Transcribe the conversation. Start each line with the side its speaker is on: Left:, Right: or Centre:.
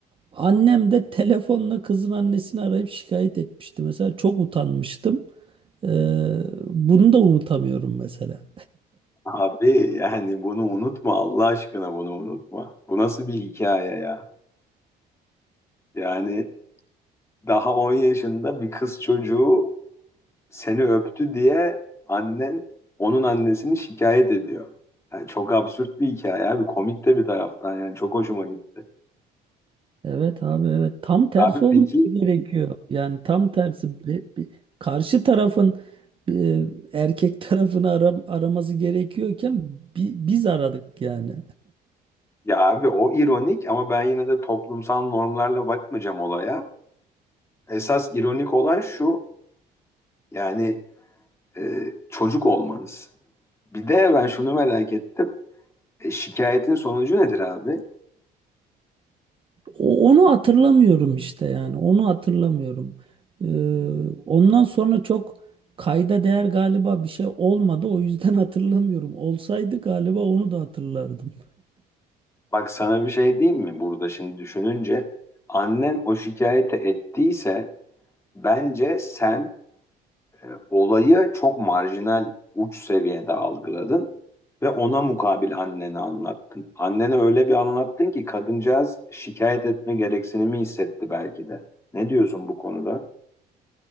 Right: Annem de telefonla kızın annesini arayıp şikayet etmişti. Mesela çok utanmıştım. Ee, bunu da unutamıyorum mesela.
Left: Abi yani bunu unutma Allah aşkına bunu unutma. Bu nasıl bir hikaye ya? Yani daha 10 yaşında bir kız çocuğu seni öptü diye annen onun annesini şikayet ediyor. Yani çok absürt bir hikaye abi komik de bir taraftan yani çok hoşuma gitti.
Right: Evet abi evet tam tersi
Left: Abi
Right: olması
Left: peki
Right: gerekiyor. Yani tam tersi Be- be- karşı tarafın e, erkek tarafını ara- araması gerekiyorken bi- biz aradık yani.
Left: ya abi o ironik ama ben yine de toplumsal normlarla bakmayacağım olaya. Esas ironik olan şu yani e, çocuk olmanız. Bir de ben şunu merak ettim. E, Şikayetin sonucu nedir abi?
Right: O- Onu hatırlamıyorum işte yani. Onu hatırlamıyorum. Ee, ondan sonra çok kayda değer galiba bir şey olmadı. O yüzden <laughs> hatırlamıyorum. Olsaydı galiba onu da hatırlardım.
Left: Bak sana bir şey diyeyim mi burada şimdi düşününce? Annen o şikayeti ettiyse bence sen e, olayı çok marjinal uç seviyede algıladın ve ona mukabil anneni anlattın. Annene öyle bir anlattın ki kadıncağız şikayet etme gereksinimi hissetti belki de. Ne diyorsun bu konuda?